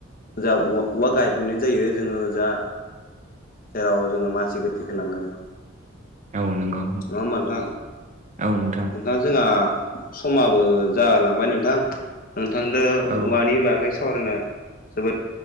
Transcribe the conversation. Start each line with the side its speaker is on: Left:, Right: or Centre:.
Left: जा उवा उवा गायबोनाय जायो जोङो जा जेराव जोङो मानसि गोथैखो लांगोन
Right: औ नंगौ
Left: नङा होमबा नोंथां
Right: औ नोंथां
Left: ओं दा जोंहा समाबो जाहोलांबाय नोंथां नोंथांजों
Right: औ
Left: औवानि बागै सावरायना जोबोद